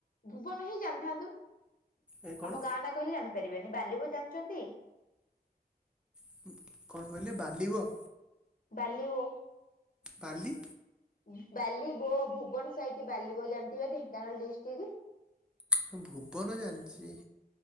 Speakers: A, on the left (about 60°); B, in the centre.
A: ଭୁବନ ହିଁ ଜାଣିଥାନ୍ତୁ <inaudible>
B: ଏ କଣ
A: ଆମ ଗାଁ ନା କହିଲେ ଜାଣିପାରିବେନି ବାଲି ବୋ ଜାଣିଛନ୍ତି
B: <unintelligible> କଣ କହିଲେ ବାଲିବ
A: ବାଲି ଓ
B: ପାଲି।
A: ଉଁ ବାଲିିବୋ ଭୁବନ ସାଇଟ ବାଲିିବୋ ଜାଣିଥିବେ ଢେଙ୍କାନାଳ ଡିଷ୍ଟ୍ରିକ୍ଟ।
B: ହଁ ଭୁବନ ଜାଣିଛି।